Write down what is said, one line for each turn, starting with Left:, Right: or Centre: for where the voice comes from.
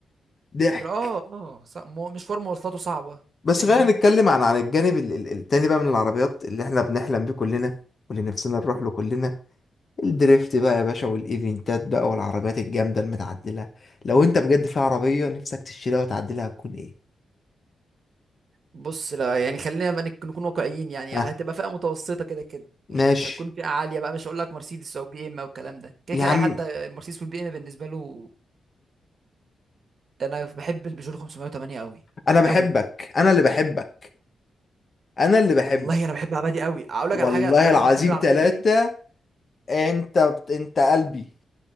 Left: ضحك
Right: اه اه صع- مو- مشوار مواصلاته صعبة
Left: بس
Right: فاهمني
Left: خلينا نتكلم عن عن الجانب ال- ال- التاني بقى من العربيات اللي احنا بنحلم بيه كلنا واللي نفسنا نروح له كلنا الدريفت بقى يا باشا والايفنتات بقى والعربيات الجامدة المتعدلة لو انت بجد في عربية نفسك تشتريها وتعدلها هتكون ايه؟
Right: بص لا يعني خلينا بقى نك- نكون واقعيين يعني
Left: ها
Right: هتبقى فئه متوسطه كده كده
Left: ماشي
Right: يعني مش هتكون فئه عاليه بقى مش هقول لك مرسيدس او بي ام او الكلام ده كده
Left: يا
Right: كده
Left: عم
Right: اي حد مرسيدس والبي ام بالنسبه له انا بحب البيجو 508 قوي
Left: <laughs> انا بحبك
Right: قوي
Left: انا اللي بحبك انا اللي بحبك
Right: والله انا بحب العربيه دي قوي اقول
Left: والله
Right: لك على حاجه انا عارف
Left: العظيم
Right: أنا بحب العربيه
Left: ثلاثة
Right: دي ليه
Left: انت انت قلبي